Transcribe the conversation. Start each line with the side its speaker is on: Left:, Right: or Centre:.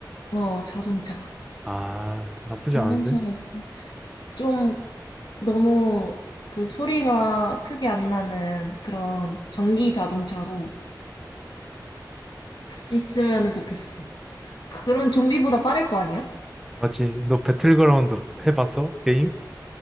Left: 어, 자동차.
Centre: 아, 나쁘지
Left: 자동차가
Centre: 않은데?
Left: 있어. 좀 너무 그 소리가 크게 안 나는 그런 전기 자동차로 있으면 좋겠어. 그러면 좀비보다 빠를 거 아니야?
Centre: 맞지? 너 배틀그라운드 해봤어? 게임?